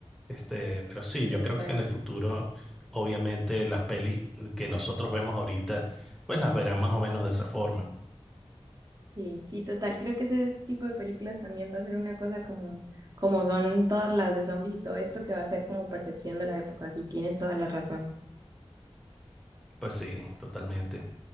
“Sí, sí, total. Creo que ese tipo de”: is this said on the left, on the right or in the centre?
Right